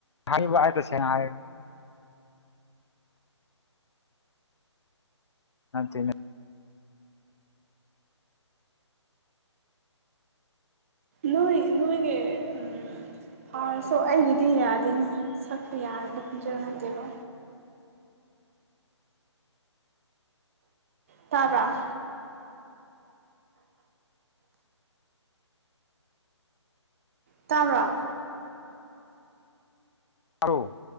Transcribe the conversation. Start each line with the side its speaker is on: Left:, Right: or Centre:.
Left: ꯍꯥꯏꯕ ꯑꯩ ꯇꯁꯦꯡꯅ ꯍꯥꯏ ꯅꯠꯇꯦꯅꯦ
Right: ꯅꯣꯏ ꯅꯣꯏꯒꯤ ꯎꯝ ꯐꯥꯔꯁꯨ ꯑꯩꯒꯤꯗꯤ ꯌꯥꯗꯦꯅꯦ ꯁꯛꯄ ꯌꯥꯔꯕ ꯈꫭꯟꯖꯦꯜ ꯅꯠꯇꯦꯕ ꯇꯥꯕ꯭ꯔꯥ ꯇꯥꯕꯔꯥ
Left: ꯍꯜꯂꫭ